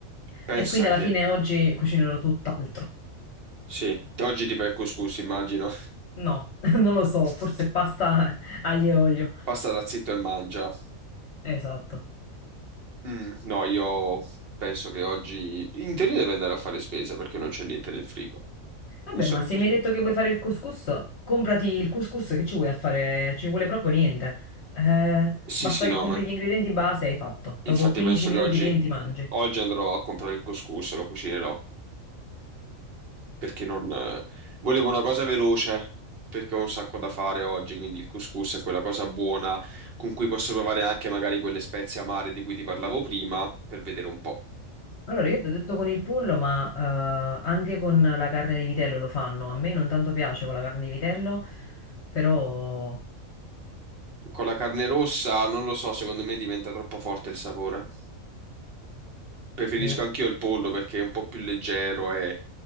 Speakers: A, on the right (about 50°); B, on the left (about 60°).
A: pensa
B: E quindi alla
A: che...
B: fine oggi cucinerò tutt'altro.
A: Sì, oggi ti fai il couscous, immagino.
B: No, <laughs> non lo
A: <laughs>
B: so, forse pasta aglio e olio.
A: Pasta da zitto e mangia.
B: Esatto.
A: Mm, no, io penso che oggi... In teoria devo andare a fare spesa perché non c'è niente nel frigo.
B: Vabbè,
A: Non so
B: ma
A: che
B: se
A: cosa
B: mi hai
A: mangio.
B: detto che vuoi fare il couscous, comprati il couscous che ci vuoi a fare, ci vuole proprio niente. Eh,
A: Sì,
B: basta
A: sì,
B: che
A: no,
B: compri
A: ma...
B: gli ingredienti base e hai fatto.
A: Infatti
B: Dopo 15
A: penso
B: minuti,
A: che oggi...
B: 20 mangi.
A: Oggi andrò a comprare il couscous e lo cucinerò. perché non... eh, Volevo una cosa veloce, perché ho un sacco da fare oggi, quindi il couscous è quella cosa buona con cui posso provare anche magari quelle spezie amare di cui ti parlavo prima, per vedere un po'.
B: Allora, io ti ho detto con il pollo, ma eh, anche con la carne di vitello lo fanno. A me non tanto piace con la carne di vitello, però...
A: Con la carne rossa, non lo so, secondo me diventa troppo forte il sapore. Preferisco
B: boh.
A: anch'io il pollo perché è un po' più leggero e,